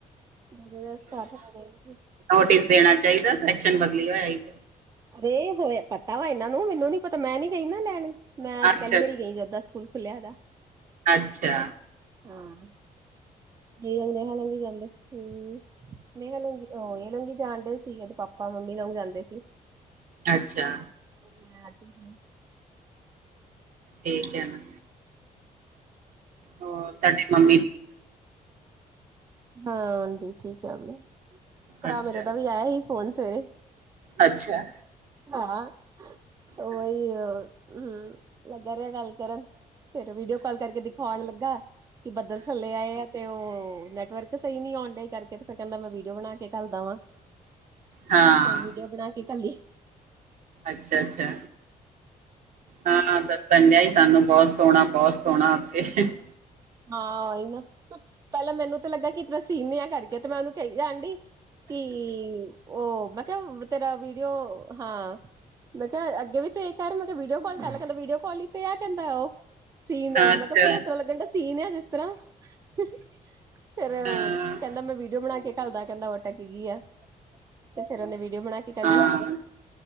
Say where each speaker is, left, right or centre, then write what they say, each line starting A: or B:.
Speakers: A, on the right; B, on the right.
A: ਦੋ ਹਜ਼ਾਰ ਸਤਾਰਾਂ
B: ਨੋਟਿਸ ਦੇਣਾ ਚਾਹੀਦਾ ਸੈਕਸ਼ਨ ਬਦਲੀ ਹੋਇਆ ਹੀ।
A: ਰੇ ਹੋਇਆ ਪਤਾ ਵਾ ਇਹਨਾਂ ਨੂੰ ਮੈਨੂੰ ਨੀ ਪਤਾ ਮੈਂ ਨੀ ਗਈ ਨਹੀਂ ਲੈਣ ਮੈਂ ਅੱਜ
B: ਅੱਛਾ,
A: ਪਹਿਲੀ ਵਾਰੀ ਗਈ ਜਦ ਦਾ ਸਕੂਲ ਖੁੱਲਿਆ ਇਹਦਾ
B: ਅੱਛਾ
A: ਆਹ <unintelligible> ਜ ਜਾਂਦੇ ਹ ਲੰਘ ਜਾਂਦੇ
B: ਹ
A: ਨਹੀਂ ਲੰਗੀ ਉਹ ਇਹ ਲੰਗੀ ਜਾਣਦੇ ਸੀਗੇ ਪਾਪਾ ਮੰਮੀ ਨਾਲ ਜਾਂਦੇ ਸੀ।
B: ਅੱਛਾ
A: ਤੋ ਮੈਂ ਆ ਜਾਨੀ ਆ।
B: ਦੇਖ ਲਿਆ ਮੈਂ ਹੋਰ ਤੁਹਾਡੀ ਮੰਮੀ
A: ਹਾਂਜੀ ਠੀਕ ਆ ਵੀ ਭਰਾ
B: ਅੱਛਾ,
A: ਮੇਰੇ ਦਾ ਵੀ ਆਇਆ ਸੀ ਫੋਨ ਸਵੇਰੇ
B: ਅੱਛਾ
A: ਹਾਂ ਉਹੀ
B: ਅੱਛਾ, ਹਾਂ,
A: ਹੂੰ ਲੱਗ ਰਿਹਾ ਗੱਲ ਕਰਨ ਫਿਰ ਵੀਡੀਓ ਕਾਲ ਕਰਕੇ ਦਿਖਾਉਣ ਲੱਗਾ ਕਿ ਬੱਦਲ ਥੱਲੇ ਆਏ ਆ ਤੇ ਉਹ ਨੈ ਵਰਕ ਸਹੀ ਨੀ ਆਉਣ ਡਏ ਕਰਕੇ ਫਿਰ ਕਹਿੰਦਾ ਮੈਂ ਵੀਡੀਓ ਬਣਾ ਕੇ ਘਲਦਾ ਵਾਂ।
B: ਹਾਂ,
A: ਫਿਰ ਵੀਡੀਓ ਬਣਾ ਕੇ ਘੱਲੀ।
B: ਅੱਛਾ- ਅੱਛਾ ਹਾਂ ਦੱਸਣ ਡਿਆ ਹੀ ਸਾਨੂੰ ਬਹੁਤ ਸੋਹਣਾ ਬਹੁਤ ਸੋਹਣਾ ਉੱਥੇ <inaudible>
A: ਹਾਂ ਹੀ ਨਾ ਪਹਿਲਾਂ ਮੈਨੂੰ ਤੇ ਲੱਗਾ ਕਿ ਤ ਸੀਨ ਆ ਕਰਕੇ ਤੇ ਮੈਂ ਉਹਨੂੰ ਕਹੀ ਜਾਂ ਡੀ। ਕਿ ਉਹ ਮੈਂ ਕਿਹਾ ਤੇਰਾ ਵੀਡੀਓ ਹਾਂ। ਮੈਂ ਕਿਹਾ ਅੱਗੇ ਵੀ ਤੇ ਕਰ ਮੈਂ ਕਿਹਾ ਵੀਡੀਓ ਕਰ ਲੈ ਕਹਿਦਾ ਵੀਡੀਓ ਕਾਲ ਹੀ ਤੇ ਆ ਕਹਿੰਦਾ ਉਹ ਸੀਨ
B: ਅੱਛਾ,
A: ਮੈਂ ਕਿਹਾ ਪੂਰਾ ਇਸ ਤਰ੍ਹਾਂ ਲੱਗਣ ਦਾ ਸੀਨ ਆ ਜਿਸ ਤਰ੍ਹਾਂ <inaudible> ਫੇਰ
B: ਹਾਂ,
A: ਕਹਿੰਦਾ ਮੈਂ ਵੀਡੀਓ ਬਣਾ ਕੇ ਘੱਲਦਾ ਕਹਿੰਦਾ ਅਟਕ ਗਈ ਆ ਤੇ ਫਿਰ ਉਹਦੇ ਵੀਡੀਓ ਬਣਾ ਕੇ ਘੱਲੀ।
B: ਹਾਂ।